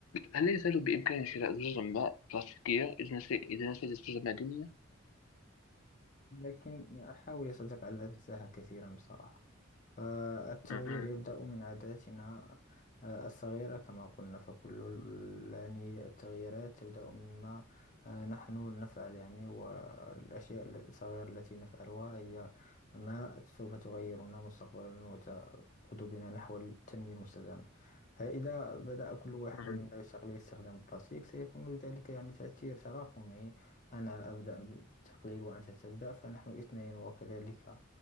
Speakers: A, on the left (about 85°); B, on the left (about 40°).
A: هل لا يزال بإمكاني شراء زجاج ماء بلاستيكية إذا نسيت إذا نسيت الزجاج المعدنية؟
B: لكن حاول يا صديقي ألا تنساها كثيرا بصراحة آه، التغيير
A: مم.
B: يبدأ من عاداتنا آه، الصغيرة كما قلنا فكل ال- يعني التغييرات تبدأ مما آه، نحن نفعل يعني والأشياء الصغيرة التي نفعلها هي ما سوف تغيرنا مستقبلا وتقود بنا نحو التنمية المستدامة فإذا بدأ كل واحد
A: مم.
B: منا بتقليل استخدام البلاستيك سيكون لذلك يعني تأثير تراكمي أنا أبدأ بالتقليل وأنت تبدأ فنحن اثنين وكذلك